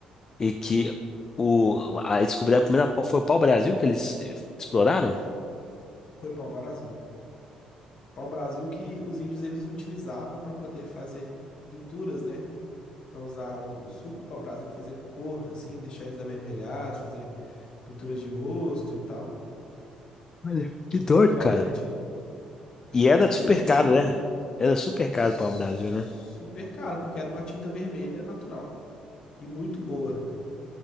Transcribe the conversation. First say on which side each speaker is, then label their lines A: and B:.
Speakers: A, on the left (about 25°); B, on the left (about 40°).
A: e que o, a, descobriram a primeira, pau- foi o pau-brasil que eles eh, exploraram.
B: foi pau-brasil. Pau-brasil que os índios eles utilizavam para poder fazer pinturas, né? Para usar o, o suco do pau-brasil para fazer cor, assim, deixar eles avermelhados, fazer pinturas de rosto e tal.
A: Olha, que doido,
B: Culturalmente,
A: cara. E era
B: é
A: super
B: muito
A: caro,
B: chique,
A: né?
B: né?
A: Era super caro
B: Super
A: para o Brasil, né?
B: caro, porque era uma tinta vermelha natural e muito boa,